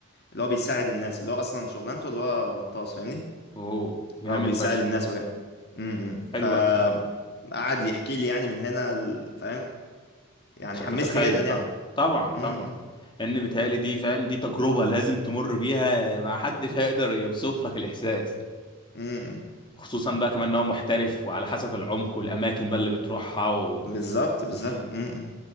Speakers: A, on the left; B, on the left.
A: اللي هو بيساعد الناس اللي هو اصلا شغلانته اللي هو غطاس فاهمني
B: أوه جامد
A: او بيساعد
B: فشخ
A: الناس وكده امم
B: حلو
A: ف
B: أوي
A: قعد يحكي لي يعني من هنا ال- فاهم يعني
B: مش
A: حمسني
B: هتتخيل
A: جدا يعني
B: طبعا طبعا طبعا
A: امم
B: ان بيتهيألي دي فاهم دي تجربة لازم تمر بيها ما حدش هيقدر يوصف لك الإحساس
A: امم
B: خصوصا بقى كمان ان هو محترف وعلى حسب العمق والأماكن بقى اللي بتروحها و...
A: بالظبط بالظبط
B: مم.
A: امم